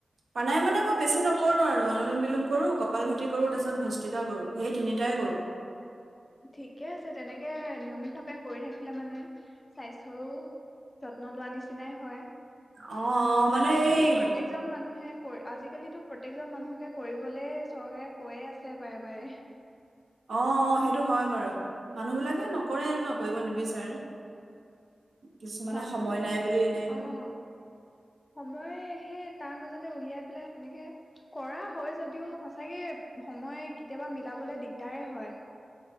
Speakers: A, on the right (about 80°); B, on the left (about 35°).
A: প্ৰণায়ম
B: অ
A: মানে মই বেছি নকৰো আৰু। অনুলোম বিলোম কৰোঁ, কপালভাতি কৰোঁ, তাৰপিছত ভস্ত্ৰিকা কৰোঁ, সেই তিনিটাই কৰোঁ।
B: ঠিকে আছে, তেনেকে নিয়মিতভাৱে কৰি থাকিলে মানে স্বাস্থ্যৰো যত নলোৱা নিচিনাই হয়।
A: অ অ মানে
B: আজিকালি
A: এই
B: প্ৰত্যেকজন
A: অ
B: মানুহে কৰে, আজিকালিতো প্ৰত্যেকজন মানুহকে কৰিবলে চৰকাৰে কৈয়ে আছে, বাৰে বাৰে।
A: অহ, অহ, সেই তো হয় বাৰু, মানুহবিলাক এহ নকৰে আৰু ন' কৰিব নিবিচাৰে। কিছুমানে
B: মাততো
A: সময় নাই বুলি এনেই
B: অহ,
A: কয়
B: সময় সেই তাৰ মাজতে উলিয়াই পেলাই তেনেকে কৰা হয় যদিও, সঁচাকে সময় কেতিয়াবা মিলাবলৈ দিগদাৰেই হয়।